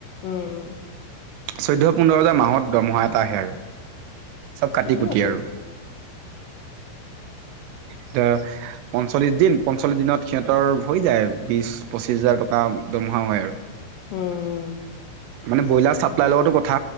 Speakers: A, on the left; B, on the right.
A: উম উম
B: চৈধ্য পোন্ধৰটাাৰ মাহত দৰমহা এটা আহে আৰু চব কাটি
A: ঠিকেই
B: কুটি
A: আছে।
B: আৰু এতিয়া পঞ্চল্লিশ দিন পঞ্চল্লিশ দিনত সিহঁতৰ হৈ যায় বিশ পঁচিশ হাজাৰ টকা দৰমহা হয় আৰু
A: উম
B: মানে ব্ৰইলাৰ চাপ্লাইৰ লগতো কথা